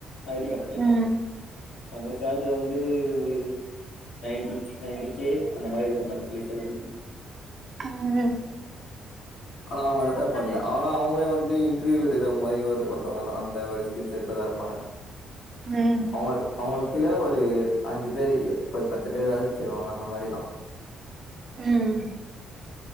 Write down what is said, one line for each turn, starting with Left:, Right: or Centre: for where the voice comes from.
Left: ஐ டி கம்பெனி தா
Right: ம்
Left: அவங்க சேல்ரி வந்து ஒரு நைன்டி நைன்டி கே அந்த மாரி இருக்கு மன்த்லி சேல்ரி
Right: உம்
Left: ஆனா அவங்க ரெஃபர் பண்ல ஆனா அவங்களே வந்து இன்டர்வியூ எடுக்கிற மாரி ஒருத்தவங்க தா அந்த ஒரு ஸ்கில் செட்லதா இருப்பாங்க
Right: ம்
Left: அவங்க அவங்க கீழ ஒரு அஞ்சு பேர் ஒரு பத்து பேர் வேல செய்வாங்க அந்த மாரிதா
Right: உம்